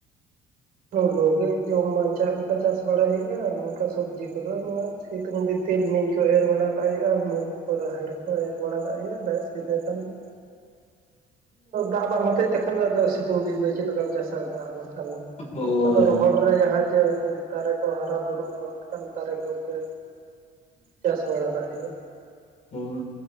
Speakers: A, on the right; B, on the left.
A: ᱦᱩᱲᱩ ᱜᱮ ᱡᱚᱢ ᱵᱟᱧᱪᱟᱜ ᱞᱮᱠᱟ ᱪᱟᱥ ᱵᱟᱲᱟᱭ ᱦᱩᱭᱩᱜᱼᱟ ᱱᱚᱝᱠᱟ ᱥᱚᱵᱽᱡᱤ ᱠᱚᱫᱚ ᱱᱚᱣᱟ ᱥᱤᱛᱩᱝ ᱜᱤᱛᱤᱞᱢᱤᱧ ᱠᱚ ᱮᱨ ᱵᱟᱲᱟ ᱠᱟᱜ ᱦᱩᱭᱩᱜᱼᱟ ᱢᱩᱠ ᱠᱚ ᱨᱟᱦᱮᱲ ᱠᱚ ᱮᱨ ᱵᱟᱲᱟ ᱠᱟᱜ ᱦᱩᱭᱩᱜᱼᱟ ᱵᱮᱥ ᱤᱱᱟᱹ ᱠᱟᱱ ᱜᱮ᱾
B: ᱻ <inaudible>
A: ᱫᱟᱜ ᱵᱟᱢ ᱦᱚᱛᱮᱫ ᱛᱮᱠᱷᱟᱱ ᱫᱚ ᱟᱫᱚ ᱥᱤᱛᱩᱝ ᱫᱤᱱ ᱫᱚ ᱪᱮᱫ ᱞᱮᱠᱟᱢ ᱪᱟᱥᱟ ᱫᱟᱜ ᱵᱟᱝᱠᱷᱟᱱ ᱫᱚ᱾
B: ᱦᱳᱭ
A: ᱟᱫᱚ ᱨᱚᱦᱚᱲ
B: ᱦᱳᱭ
A: ᱨᱮ ᱡᱟᱦᱟᱸ ᱡᱮ ᱫᱟᱨᱮ ᱠᱚ ᱦᱟᱨᱟ ᱵᱩᱨᱩᱜᱼᱟ ᱚᱱᱠᱟᱱ ᱫᱟᱨᱮ ᱜᱮᱯᱮ᱾ ᱪᱟᱥ ᱵᱟᱲᱟ ᱠᱟᱜ ᱦᱩᱭᱩᱜ-ᱟ
B: ᱦᱚᱸ